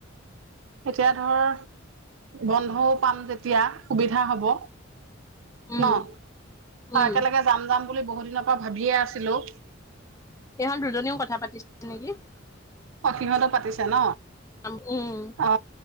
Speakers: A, on the right; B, on the left.
A: এতিয়া ধৰ বন্ধও পাম যেতিয়া। সুবিধা হ'ব
B: উম
A: ন আৰু
B: উম
A: একেলগে- যাম যাম বুলি বহুত দিনৰ পৰা ভাবিয়ে আছিলো-
B: ইহত দুজনীও কথা পাতিছিল নেকি?
A: অঁ সিহতো পাতিছে ন।
B: আম উমঁ
A: অ